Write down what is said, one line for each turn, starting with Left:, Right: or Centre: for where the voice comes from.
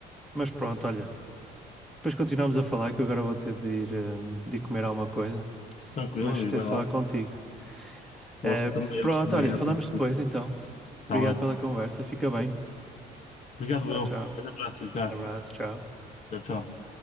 Centre: mas pronto, olha. Depois continuamos a falar, que eu agora vou ter de ir, ahm, de ir comer alguma coisa.
Left: Tranquilo,
Centre: Mas gostei
Left: e vai
Centre: de falar
Left: lá.
Centre: contigo.
Left: Força
Centre: Eh,
Left: também.
Centre: pronto,
Left: Obrigado.
Centre: olha, falamos depois então.
Left: Está
Centre: Obrigado
Left: bem.
Centre: pela conversa. Fica bem.
Left: Obrigado,
Centre: Tchau,
Left: eu.
Centre: tchau.
Left: Um grande abraço, Ricardo.
Centre: Abraço, tchau.
Left: Tchau, tchau.